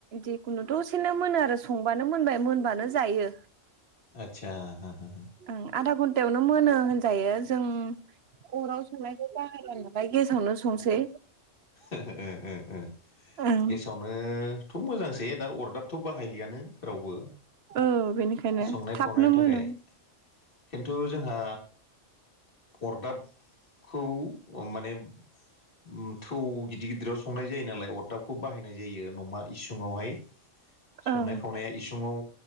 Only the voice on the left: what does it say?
आतसा हो हो,
ओ ओ ओ
गेसावनोथ' मोजांसै दा अरदाब थ' बाहायलियानो रावबो
संनाय
खावनायनि थाखाय
खिन्थु जोंहा अरदाबखौ माने मुं थौ गिदिर गिदिराव संनाय जायो नालाय अरदाबखौ बाहायनाय जायो न'मा इसुङावहाय संनाय
खावनाया इसुङाव